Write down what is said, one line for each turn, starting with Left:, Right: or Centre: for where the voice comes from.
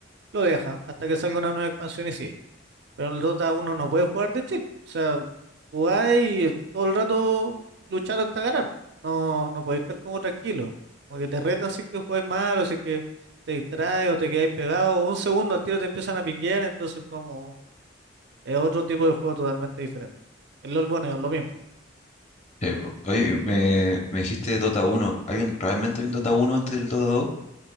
Right: lo deja hasta que salga una nueva expansión y sigue. Pero en el Dota uno no puede jugar de chill, po. o sea, jugáis y todo el rato luchar hasta ganar. No, no podéis estar como tranquilo, como que te retan si es que jugáis mal o si es que te distraes o te quedáis pegado, un segundo al tiro te empiezan a pinguear, entonces como es otro tipo de juego totalmente diferente. El LoL, bueno, es lo mismo.
Left: Sí, po. Oye, me, me dijiste Dota uno ¿Hay un, realmente hay un Dota uno antes del Dota dos